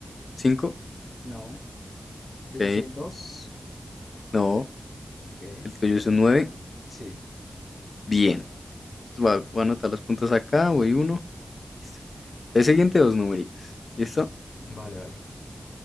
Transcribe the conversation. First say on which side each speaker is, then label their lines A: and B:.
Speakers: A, on the left; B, on the left.
A: 5.
B: No. El tuyo
A: Ok.
B: es el dos,
A: No,
B: Ok.
A: el tuyo es un 9.
B: Sí.
A: Bien. Entonces Voy a, voy a anotar los puntos acá. Voy uno. Listo. Entonces, siguiente dos numeritos. ¿Listo?
B: Vale, vale.